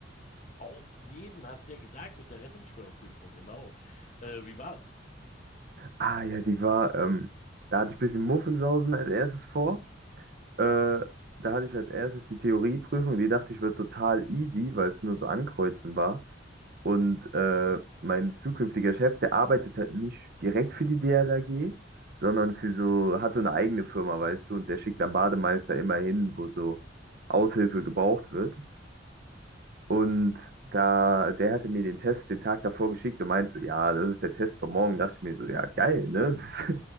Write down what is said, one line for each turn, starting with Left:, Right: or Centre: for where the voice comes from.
Left: Auf jeden, hast du ja gesagt, mit der Rettungsschwimmerprüfung, genau. Äh, wie war's?
Right: Ah ja, die war, ähm, da hatte ich ein bisschen Muffensausen als erstes vor. Äh, da hatte ich als erstes die Theorieprüfung. Die dachte ich, wird total easy, weil es nur so ankreuzen war. Und äh, mein zukünftiger Chef, der arbeitet halt nicht direkt für die DLRG, sondern für so, hat so eine eigene Firma, weißt du, und der schickt dann Bademeister immer hin, wo so Aushilfe gebraucht wird. Und da, der hatte mir den Test den Tag davor geschickt und meinte so, ja, das ist der Test von morgen. Dachte ich mir so, ja, geil, ne? <laughs> Das ist,